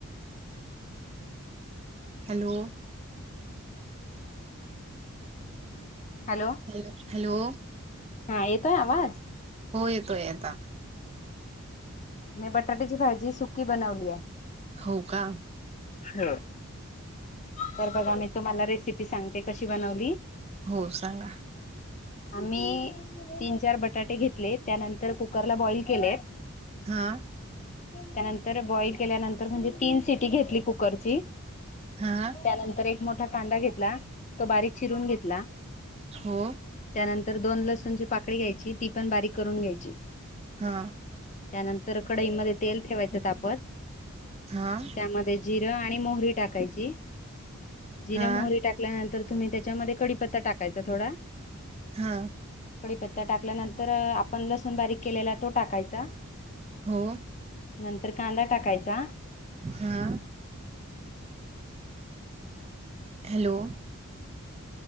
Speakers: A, on the right (about 25°); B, on the left (about 30°).
A: हॅलो?
B: हॅलो?
A: हॅलो, हॅलो
B: हा, येतोय आवाज?
A: हो, येतोय आता.
B: मी बटाट्याची भाजी सुकी बनवली आहे.
A: हो का?
B: हो, तर बघा मी तुम्हाला रेसिपी सांगते कशी बनवली
A: हो, सांगा.
B: आम्ही तीन चार बटाटे घेतले, त्यानंतर कुकरला बॉइल केलेत.
A: हा
B: त्यानंतर, बॉईल केल्यानंतर, म्हणजे तीन सिटी घेतली कुकरची.
A: हा
B: त्यानंतर एक मोठा कांदा घेतला, तो बारीक चिरून घेतला.
A: हो
B: त्यानंतर दोन लसूणची पाकळी घ्यायची, ती पण बारीक करून घ्यायची.
A: हा
B: त्यानंतर कडईमध्ये तेल ठेवायचं तापत,
A: हा
B: त्यामध्ये जिरं आणि मोहरी टाकायची, जिरं
A: हा
B: मोहरी टाका नंतर तुम्ही त्याच्यामध्ये कडी पत्ता टाकायचा थोडा
A: हा
B: कडीपत्ता टाकल्यानंतर, आपण लसूण बारीक केलेला तो टाकायचा.
A: हो
B: नंतर कांदा टाकायचा.
A: हा. हॅलो?